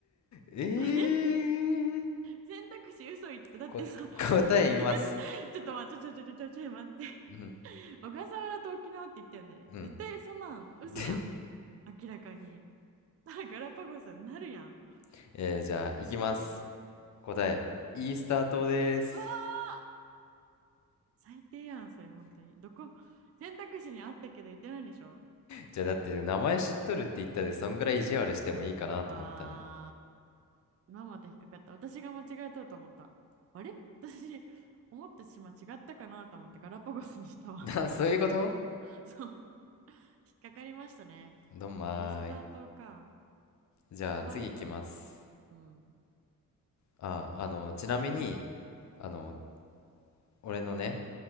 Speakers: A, on the left (about 55°); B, on the right (about 45°).
A: えー、
B: <laughs> 選択肢嘘言った。だってさ、
A: こ、
B: <laughs>
A: 答え言います。
B: ちょっと待って、ちょちょちょちょちょちょ待って。
A: うん、
B: 小笠原と沖縄って言ったよね。
A: うん。
B: 絶対そんなん嘘やん。
A: で、
B: 明らかに。だからガラパゴスになるやん。
A: <laughs> えー、じゃあ、行きます。答え、イースター島です。
B: うわー最低やん、それ本当に。どこ、選択肢にあったけど言ってないでしょ
A: じゃあ、だって、名前知っとるって言ったで、そんぐらい意地悪してもいいかなと思ったね。
B: うわー。まんまと引っかかった。私が間違えとうと思った。あれ私、思った島違ったかなと思ってガラパゴスにしたわ。
A: <laughs> な、そういうこと
B: <laughs> そう。引っかかりましたね。
A: どんまーい。
B: イースター島か。
A: じゃあ、
B: かわいいな。
A: 次行きます。
B: うん。
A: あ、あの、ちなみに、あの、俺のね、